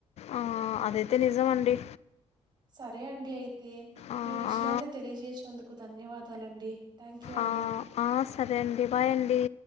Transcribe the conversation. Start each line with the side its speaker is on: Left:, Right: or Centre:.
Left: ఆ అదైతే నిజమండి
Right: సరే అండి అయ్ తే
Left: ఆ!
Right: మీ విషయాన్ని
Left: ఆ!
Right: తెలియజేసినందుకు ధన్యవాదాలండి థ్యాంక్ యూ అండి
Left: ఆ! ఆ! సరే అండి. బాయ్ అండి.